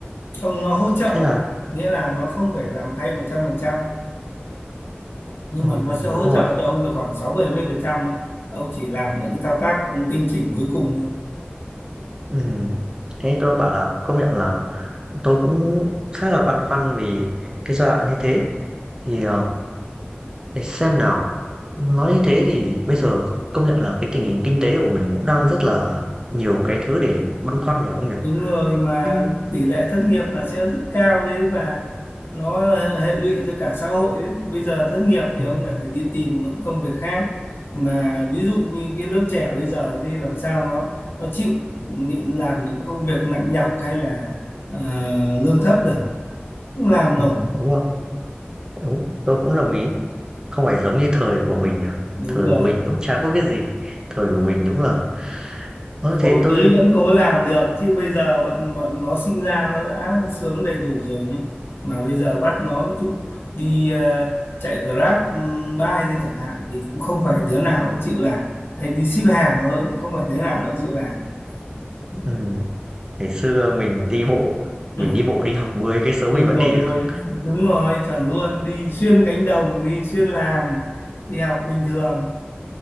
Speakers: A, on the left; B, on the right.
A: Không, nó hỗ trợ
B: thế là
A: bạn, nghĩa là nó không phải làm thay một trăm phần trăm nhưng
B: ừ,
A: mà nó sẽ hỗ
B: đúng rồi
A: trợ cho ông được khoảng sáu bảy mươi phần trăm đấy. Ông chỉ làm những cái thao tác tinh chỉnh cuối cùng thôi.
B: ừ. thế tôi bảo là công nhận là tôi cũng khá là băn khoăn vì cái giai đoạn như thế thì ờ, Để xem nào. Nói như thế thì bây giờ công nhận là cái tình hình kinh tế của mình cũng đang rất là nhiều cái thứ để băn khoăn nhỉ ông nhỉ?
A: Đúng rồi mà
B: Thế
A: tỷ lệ thất nghiệp là sẽ rất cao đấy và nó hệ hệ lụy cho cả xã hội đấy. Bây giờ thất nghiệp thì
B: ừm,
A: ông lại phải đi tìm những công việc khác. Mà ví dụ như cái lớp trẻ bây giờ thì làm sao nó nó chịu những- làm những cái công việc nặng nhọc hay là ờ, lương thấp được, không làm
B: ừm,
A: nổi.
B: đúng rồi, đúng, tôi cũng đồng ý. Không phải giống như thời của mình nhỉ?
A: Đúng
B: Thời
A: rồi.
B: của mình cũng chả có cái gì. Thời của mình đúng là ơ
A: khổ
B: thế tôi
A: tí vẫn cố làm được chứ bây giờ bọn bọn nó sinh ra nó đã sướng đầy đủ rồi nhé mà bây giờ bắt nó ví dụ đi ờ, chạy Grab um, bike thôi chẳng hạn thì cũng không phải đứa nào cũng chịu làm hay đi ship hàng thôi cũng không phải đứa nào nó chịu làm <laughs>
B: ừm, ngày xưa mình đi bộ,
A: Ừ.
B: mình đi bộ đi học 10 cây số
A: ôi
B: mình vẫn
A: rồi
B: đi được.
A: ôi đúng rồi chuẩn luôn đi xuyên cánh đồng đi xuyên làng đi học bình thường